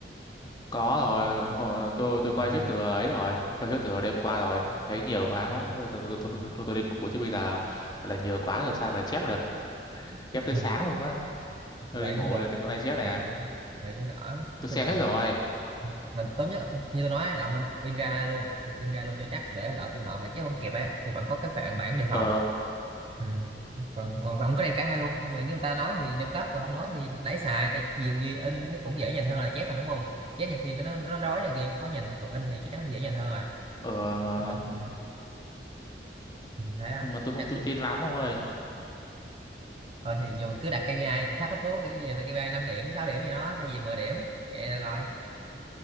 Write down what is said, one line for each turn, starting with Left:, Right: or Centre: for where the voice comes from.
Left: có rồi hồi- tôi tôi coi
Right: à,
Left: trước từ ấy rồi coi trước từ đêm qua rồi thấy nhiều quá
Right: à,
Left: má tôi tôi tôi, tôi, tôi, tôi, tôi đi ngủ chứ bây giờ gọi là nhiều quá rồi sao mà chép được
Right: ừ,
Left: chép tới sáng luôn quá
Right: vậy
Left: tôi đi ngủ
Right: cũng được
Left: rồi đi con này chép
Right: đây
Left: nè
Right: vậy cũng đỡ nói
Left: tôi xem
Right: chung là
Left: hết rồi
Right: mình tốt nhất như tôi nói là ông nên in ra luôn in ra luôn cho chắc để lỡ trường hợp mà chép không kịp ấy thì vẫn có cái phản bản đề phòng
Left: ờ
Right: ừ. còn còn và ông có đem cả hai luôn xong rồi nếu người ta nói thì đem cắp còn không nói thì lấy xài tại nhiều gì in nó cũng dễ nhìn hơn là chép mà đúng không chép nhiều khi nó nó, nó rối này kia khó nhìn còn in thì chắc chắn là dễ nhìn hơn rồi
Left: ờ mà
Right: in, ừ. ừ, thấy không
Left: mà tôi
Right: chắc
Left: không tự tin lắm ông ơi
Right: thôi thì giờ mình cứ đặt KPI tháp thấp xuống kiểu như vậy là KPI 5 điểm 6 điểm gì đó thay vì mười điểm vậy được rồi